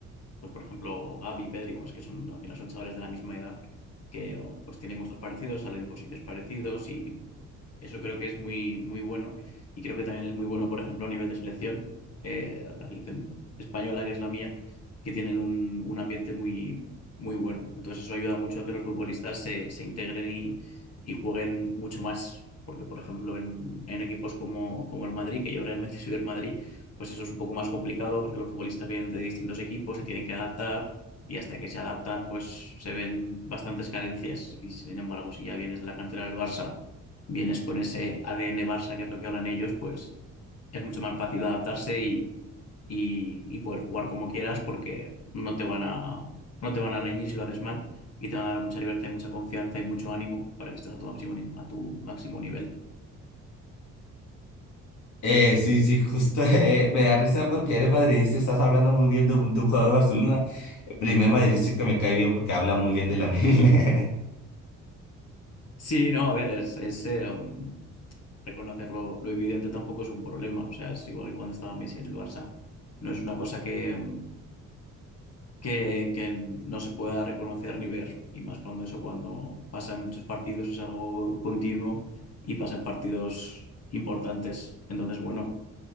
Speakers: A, on the left; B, on the left.
A: pues por ejemplo Gaby, Pedri, bueno, es que son, al final son chavales de la misma edad, que oh, pues tienen gustos parecidos, salen por sitios parecidos, y eso creo que es muy, muy bueno, y creo que también es muy bueno, por ejemplo, a nivel de selección, eh, la selección española, que es la mía, que tienen un, un ambiente muy muy bueno. Entonces eso ayuda mucho a que los futbolistas se, se integren y, y jueguen mucho más. Porque, por ejemplo, en, en equipos como, como el Madrid, que yo realmente <laughs> soy del Madrid, pues eso es un poco más complicado porque los futbolistas vienen de distintos equipos, se tienen que adaptar y hasta que se adaptan, pues se ven bastantes carencias. Y sin embargo, si ya vienes de la cantera del Barça, vienes con ese ADN Barça, que es lo que hablan ellos, pues es mucho más fácil adaptarse y, y poder jugar como quieras porque no te van a, no te van a reñir si lo haces mal y te van a dar mucha libertad, y mucha confianza y mucho ánimo para que estés a tu máximo, ni- a tu máximo nivel.
B: Eh, sí, sí, justo <laughs> eh, me da risa porque eres madridista y estás hablando muy bien de un, de un jugador de Barcelona. El primer madridista que me cae bien porque habla muy
A: <laughs>
B: bien de la <laughs> Lamine.
A: Sí, no, a ver, es, es, eh, um, reconocerlo, lo evidente tampoco es un problema, o sea, es igual que cuando estaba Messi en el Barça, no es una cosa que, um, que, que no se pueda reconocer ni ver, y más cuando eso, cuando pasa en muchos partidos, es algo continuo y pasa en partidos importantes, entonces, bueno.